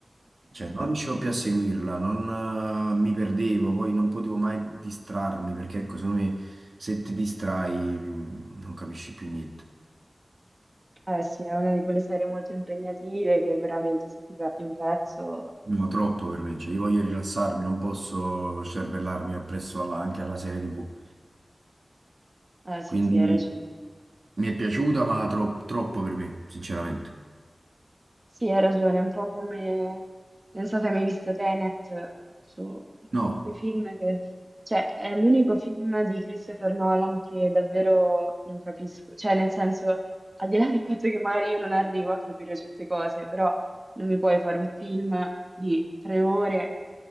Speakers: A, on the right; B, on the right.
A: Cioè, non riuscivo più a seguirla, non, eh, mi perdevo, poi non potevo mai distrarmi perché, ecco, secondo me se ti distrai mm, non capisci più niente.
B: Eh sì, è una di quelle serie molto impegnative che veramente se ti perdi un pezzo
A: No, troppo per me, cioè io voglio rilassarmi, non posso cervellarmi appresso alla- anche alla serie TV.
B: Ah, sì,
A: Quindi
B: sì, hai ragione.
A: mi è piaciuta, ma tro- troppo per me, sinceramente.
B: Sì, hai ragione, è un po' come... Non so se hai mai visto Tenet, su
A: No,
B: que- quei film che... Cioè, è l'unico film di Christopher Nolan che davvero non capisco. Cioè, nel senso, al di là del fatto che magari io non arrivo a capire certe cose, però non mi puoi fare un film di tre ore